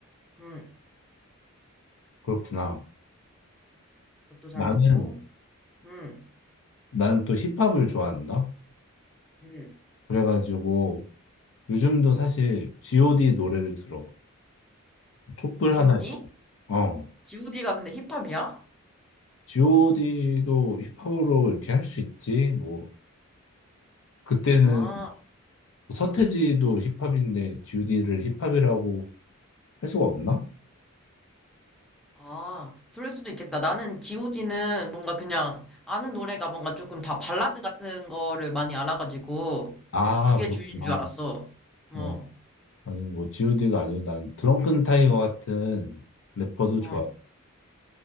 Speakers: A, in the centre; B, on the left.
A: 음,
B: 그렇구나.
A: 그것도 잘
B: 나는,
A: 듣고, 음,
B: 나는 또 힙합을 좋아한다?
A: 음.
B: 그래가지고, 요즘도 사실 GOD 노래를 들어. 촛불
A: G.O.D?
B: 하나, 어.
A: G.O.D가 근데 힙합이야?
B: GOD도 힙합으로 이렇게 할 수 있지? 뭐, 그때는
A: 아.
B: 뭐 서태지도 힙합인데 GOD를 힙합이라고 할 수가 없나?
A: 아, 그럴 수도 있겠다. 나는 GOD는 뭔가 그냥 아는 노래가 뭔가 조금 다 발라드 같은 거를 많이 알아가지고
B: 아,
A: 그게
B: 그렇구나.
A: 주인 줄 알았어. 어,
B: 어. 아니, 뭐, GOD가 아니고 난 드렁큰 타이거 같은 래퍼도
A: 어,
B: 좋아.